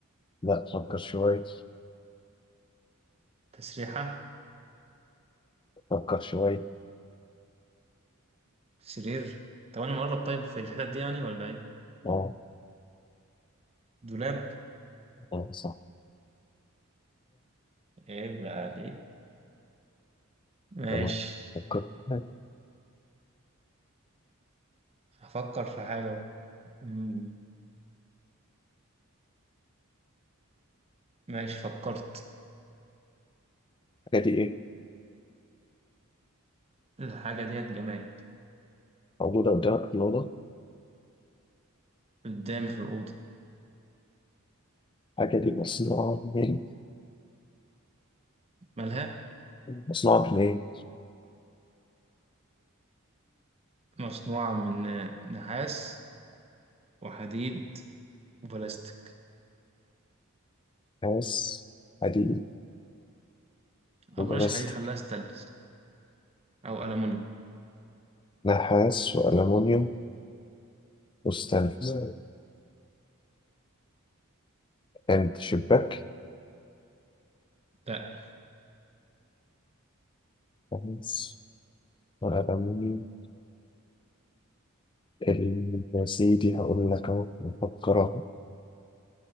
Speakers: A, on the left; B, on the right.
A: لا فكر شوي
B: تسريحة
A: فكر شوي
B: سرير طب انا مقرب طيب في الحتت دي يعني ولا ايه
A: اه
B: دولاب
A: اه صح
B: ايه بقى دي ماشي
A: لو فكرت في حاجة
B: هفكر في حاجة مم. ماشي فكرت
A: الحاجة دي إيه؟
B: الحاجة ديت جماد
A: موجودة قدامك في الأوضة
B: قدامي في الأوضة
A: الحاجة دي مصنوعة من
B: مالها
A: مصنوعة من إيه؟
B: مصنوعة من نحاس وحديد وبلاستيك
A: نحاس حديد وبلاستيك
B: أو بلاش حديد خليها ستانلس أو ألمونيوم
A: نحاس وألمونيوم وستانلس عند شباك
B: لأ
A: نحاس وألمونيوم ال- يا سيدي هقول لك أهو نفكر أهو